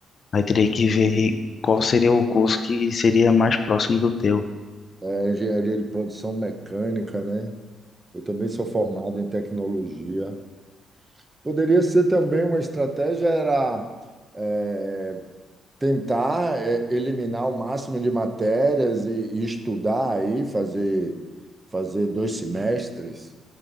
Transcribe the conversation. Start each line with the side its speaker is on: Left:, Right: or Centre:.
Left: Aí teria que ver qual seria o curso que seria mais próximo do teu.
Right: É engenharia de produção mecânica, né? Eu também sou formado em tecnologia. Poderia ser também uma estratégia era eh, tentar eh, eliminar o máximo de matérias e, e estudar aí, fazer, fazer dois semestres,